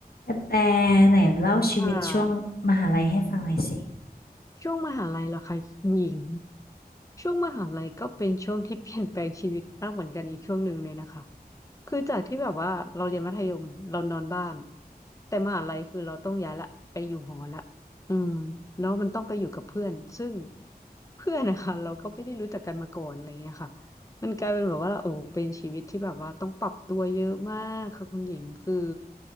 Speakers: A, on the left; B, on the left.
A: กระแตไหนเล่าชีวิตช่วงมหาลัยให้ฟังหน่อยสิ
B: อ่าช่วงมหาลัยเหรอคะหญิงช่วงมหาลัยก็เป็นช่วงที่เปลี่ยนแปลงชีวิตมากเหมือนกันอีกช่วงหนึ่งเลยนะคะคือจากที่แบบว่าเราเรียนมัธยมเรานอนบ้านแต่มหาลัยคือเราต้องย้ายละไปอยู่หอละอืมแล้วมันต้องไปอยู่กับเพื่อนซึ่งเพื่อนนะคะเราก็ไม่ได้รู้จักกันมาก่อนอะไรเงี้ยค่ะ มันกลายเป็นแบบว่าโอ้เป็นชีวิตที่แบบว่าต้องปรับตัวเยอะมากค่ะคุณหญิงคือ